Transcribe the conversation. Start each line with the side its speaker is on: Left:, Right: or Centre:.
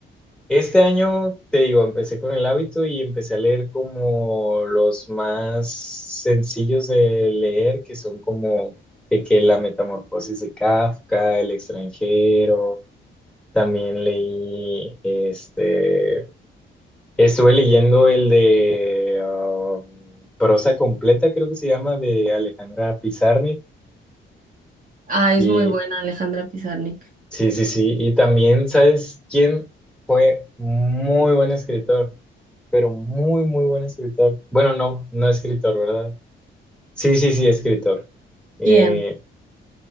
Centre: este año, te digo, empecé con el hábito y empecé a leer como los más sencillos de leer, que son como de que La Metamorfosis de Kafka, El extranjero. También leí este. Estuve leyendo el de um, Prosa Completa, creo que se llama, de Alejandra Pizarnik.
Right: ah, es
Centre: Y
Right: muy buena Alejandra Pizarnik.
Centre: sí, sí, sí. Y también, ¿sabes quién fue muy buen escritor? Pero muy, muy buen escritor. Bueno, no, no escritor, ¿verdad? Sí, sí, sí, escritor. Eh,
Right: ¿Quién?